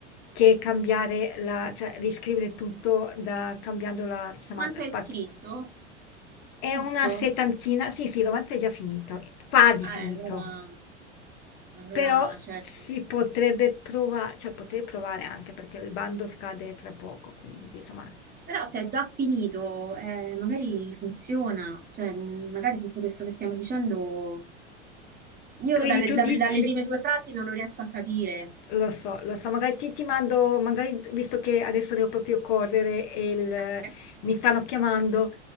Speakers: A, on the left (about 50°); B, on the right (about 25°).
A: che cambiare la, cioè riscrivere tutto da, cambiando la, insomma,
B: quanto
A: la
B: hai
A: parte.
B: scritto,
A: È
B: tutto.
A: una settantina, sì, sì, il romanzo è già finito, è quasi
B: Eh,
A: finito,
B: allora, allora
A: però
B: certo.
A: si potrebbe provare, cioè potrei provare anche perché il bando scade fra poco, quindi insomma.
B: Però se è già finito, eh, magari funziona, cioè mh, magari tutto questo che stiamo dicendo, io
A: Quindi
B: dalle,
A: tu
B: da-
A: dici...
B: dalle prime due frasi non lo riesco a capire.
A: Lo so, lo so, magari ti, ti mando, magari visto che adesso devo proprio correre e il-
B: <laughs>
A: mi stanno chiamando